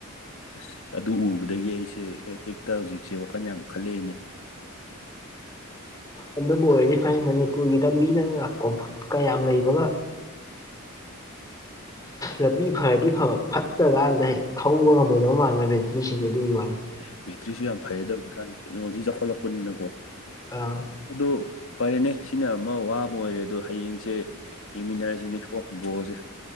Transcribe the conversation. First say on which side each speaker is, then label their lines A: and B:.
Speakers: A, on the left; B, on the left.
A: ꯑꯁ ꯑꯗꯨ ꯎꯔꯨꯕꯗꯒꯤ ꯑꯩꯁꯦ ꯑꯦꯂꯦꯛꯇꯔꯤꯛꯇ ꯍꯧꯖꯤꯛꯁꯦ ꯋꯥꯈꯜ ꯌꯥꯝ ꯈꯜꯂꯛꯑꯦꯅꯦ
B: ꯎꯝ ꯑꯗꯨꯝ ꯑꯣꯏꯔꯗꯤ ꯐꯩ ꯃꯅꯤꯄꯨꯔꯒꯤ ꯂꯝꯕꯤꯅ ꯀꯣꯝꯐꯨꯠ ꯀ ꯌꯥꯝ ꯂꯩꯕꯒ ꯂꯝꯕꯤ ꯐꯔꯗꯤ ꯐꯕ ꯐꯠꯇ꯭ꯔꯀꯥꯟꯗ ꯍꯦꯛ ꯊꯧꯕ ꯉꯝꯃꯣꯏꯗꯕ ꯃꯥꯟꯅꯕ ꯕꯦꯇ꯭ꯔꯤꯁꯤꯒꯤ ꯑꯗꯨꯒꯤ ꯋꯥ
A: ꯑꯦ ꯕꯦꯇ꯭ꯔꯤꯁꯨ ꯌꯥꯝ ꯐꯔꯦꯗ ꯍꯪꯖꯤꯛꯀꯥꯟꯗꯨ ꯇꯦꯛꯅꯣꯂꯣꯖꯤ ꯆꯥꯎꯈꯠꯂꯛꯄꯅꯤꯅꯀꯣ
B: ꯑꯥ
A: ꯑꯗꯣ ꯐꯔꯦꯅꯦ ꯁꯤꯅ ꯑꯃ ꯋꯥꯕ ꯑꯣꯏꯔꯦ ꯑꯗꯣ ꯍꯌꯦꯡꯁꯦ ꯌꯦꯡꯃꯤꯟꯅꯔꯁꯤꯅꯦ ꯀꯣ ꯕꯣꯜꯁꯦ